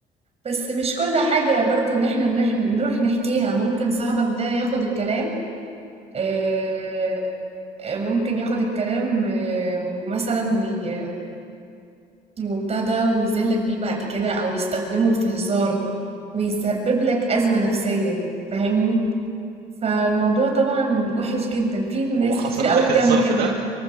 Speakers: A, on the right (about 40°); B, on the right (about 65°).
A: بس مش كل حاجة برضو ان احنا نح- نروح نحكيها ممكن صاحبك ده ياخد الكلام آه، آه، ممكن ياخد الكلام آه، ومثلا وي- وبتاع ده ويذلك بيه بعد كده او يستخدمه في هزار ويسبب لك أزمة نفسية فاهمني فالموضوع طبعا وحش جدا في ناس
B: هو حصل
A: كتير قوي
B: لك
A: بتعمل
B: الظرف
A: كده
B: ده